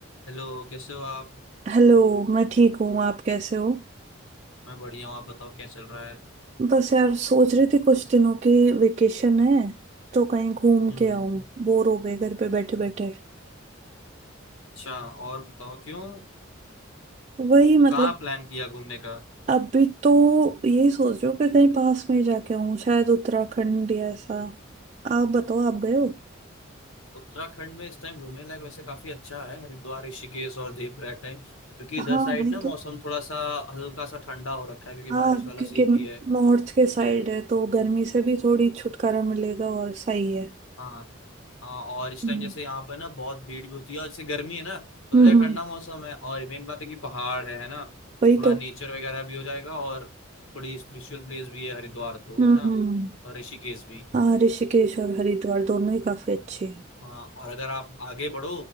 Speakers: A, on the left; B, on the right.
A: Hello कैसे हो आप
B: Hello मैं ठीक हूँ आप कैसे हो
A: मैं बढ़िया हूँ आप बताओ क्या चल रहा है
B: बस यार सोच रही थी कुछ दिनों की वेकेशन है तो कहीं घूम
A: हम्म
B: के आऊं बोर हो गए घर पे बैठे बैठे
A: अच्छा और बताओ क्यों
B: वही
A: तो
B: मतलब
A: कहाँ प्लान किया घूमने का
B: अभी तो यही सोच रही हूँ कि कहीं पास में ही जाके आऊं शायद उत्तराखंड या ऐसा आप बताओ आप गए हो
A: उत्तराखंड में इस टाइम घूमने लायक वैसे काफी अच्छा है हरिद्वार ऋषिकेश और देवप्रयाग टाइम क्योंकि इधर
B: हाँ
A: साइड
B: वही
A: ना मौसम
B: तो
A: थोड़ा सा हल्का सा ठंडा हो रखा है क्योंकि
B: हाँ
A: बारिश वाला
B: क्योंकि
A: सीन भी है
B: नॉर्थ के साइड है तो गर्मी से भी थोड़ी छुटकारा मिलेगा और सही है
A: हाँ हाँ और इस
B: हम्म
A: टाइम जैसे यहाँ पर ना बहुत भीड़ भी होती है और जैसे गर्मी है ना तो
B: हम्म,
A: जैसे ठंडा मौसम है और मेन बात है कि पहाड़ है है ना थोड़ा
B: वही तो
A: नेचर वगैरह भी हो जाएगा और थोड़ी स्पिरिचुअल प्लेस भी है हरिद्वार तो
B: हम्म
A: है ना
B: हम्म
A: और ऋषिकेश भी
B: हाँ ऋषिकेश और हरिद्वार दोनों ही काफी अच्छे हैं
A: हाँ और अगर आप आगे बढ़ो